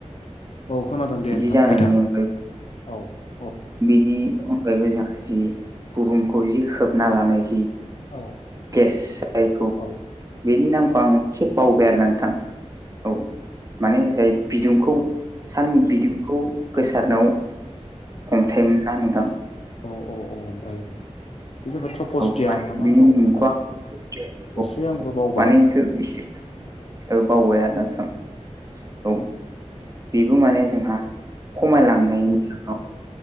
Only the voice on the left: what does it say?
औ खोनादों दे
नोंथां
बुंबाय था
औ औ
औ
औ
औ
औ औ औ ओमफ्राय बे जाबाय ट्रपसफियार
ना मा दंमोन नोंथां एसे आंबो बावबाय